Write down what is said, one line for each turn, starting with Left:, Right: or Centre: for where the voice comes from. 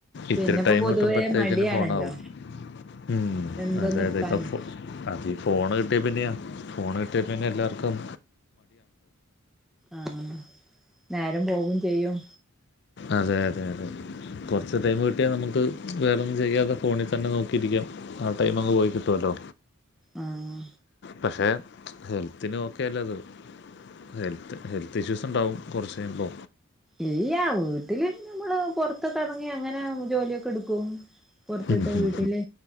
Centre: പിന്നെപ്പോ
Left: ഇത്തിരി ടൈം
Centre: പൊതുവേ
Left: കിട്ടുമ്പഴത്തേക്കന്
Centre: മടിയാണല്ലോ
Left: ഫോണ് ആവും ഉം
Centre: എന്തൊന്നും
Left: അതെ
Centre: എടുക്കാനും
Left: അതെ ഇപ്പോ അത് ഫോണ് കിട്ടിയ പിന്നെയാ ഫോണ് കിട്ടിയ പിന്നെ എല്ലാർക്കും
Centre: ആഹ് നേരം പോകയും ചെയ്യും
Left: അതെ അതെ അതെ കുറച്ച് ടൈം കിട്ടിയാൽ നമുക്ക് വേറെന്നും ചെയ്യാതെ ഫോണിൽ തന്നെ നോക്കിയിരിക്കാം ആ ടൈമങ്ങ് പോയി കിട്ടുവല്ലോ
Centre: ആഹ്
Left: പക്ഷെ ഹെൽത്തിന് ഒക്കെല്ലത് ഹെൽത്ത് ഹെൽത്ത് ഇഷ്യൂസ് ഉണ്ടാവും കുറച്ച് കഴിയുമ്പോ
Centre: ഇല്ല വീട്ടില് നമ്മള് പുറത്തൊക്കെ ഇറങ്ങി അങ്ങനെ ജോലിയൊക്കെ എടുക്കും പുറത്തത്തെ
Left: ഉം, ഉം.
Centre: വീട്ടില്